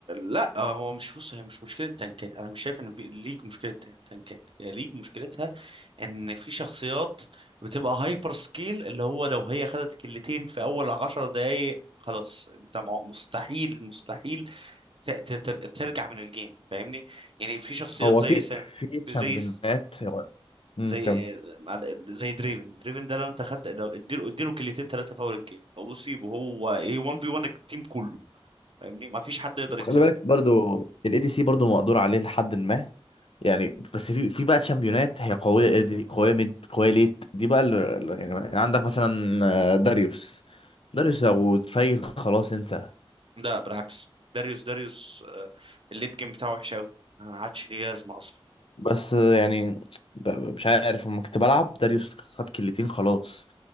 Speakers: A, on the right; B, on the left.
A: لا هو مش بص هي مش مشكلة تنكات أنا مش شايف إن في ليج مشكلة تنكات هي ليج مشكلتها إن في شخصيات بتبقى هايبر سكيل اللي هو لو هي خدت كلتين في أول عشر دقايق خلاص أنت مع- مستحيل مستحيل ت- ت- تر- ترجع من الجيم فاهمني يعني في
B: <laughs>
A: شخصيات
B: هو
A: زي
B: في
A: سا
B: في تشامبيونات
A: زي
B: هو مم،
A: زي
B: كمل
A: آه، مع- زي دريفن دريفن ده لو انت خدت لو اديله اديله كلتين ثلاثه في اول الجيم او اصيبه هو ايه 1 في 1 التيم كله فاهمني ما فيش حد يقدر يكسبه
B: خلي بالك برضو الاي دي سي برضو مقدور عليه لحد ما يعني بس في في بقى تشامبيونات هي قويه إيه دي قويه ميد قويه ليت دي بقى اللي يعني عندك مثلا آه، داريوس داريوس لو اتفيل خلاص انت
A: لا بالعكس داريوس داريوس آه، الليد جيم بتاعه وحش قوي ما عادش ليه لازمه اصلا
B: بس آه، يعني ب- ب- مش عارف لما كنت بلعب داريوس خد كلتين خلاص